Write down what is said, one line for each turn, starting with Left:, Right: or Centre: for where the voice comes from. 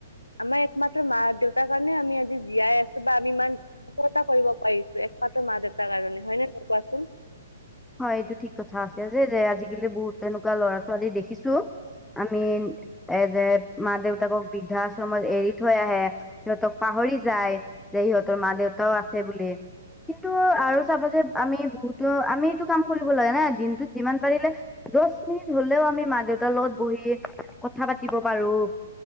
Left: আমাৰ একমাত্ৰ মা দেউতাৰ কাৰণে আমি আজি জীয়াই আছো বা আমি ইমান সফলতা কৰিব। পিছো একমাত্ৰ মা দেউতাৰ কাৰণে হয় নে ন কোৱাচোন।
Centre: হয়, এইটো ঠিক কথা আছে যে যে আজিকালি বহুত তেনেকুৱা লৰা ছোৱালী দেখিছো। আমি এ যে মা দেউতাকক বৃদ্ধাশ্ৰমত এৰি থৈ আহে সিহঁতক পাহৰি। যায় যে সিহঁতৰ মা দেউতাও আছে বুলি। কিন্তু আৰু চাবা যে আমি বহুতো আমি। ক কৰিব লাগা নাই দিনটোত যিমান পাৰিলে দহ মিনিট হলেও আমি মা দেউতাৰ লগত বহি। কথা পাতিব পাৰো।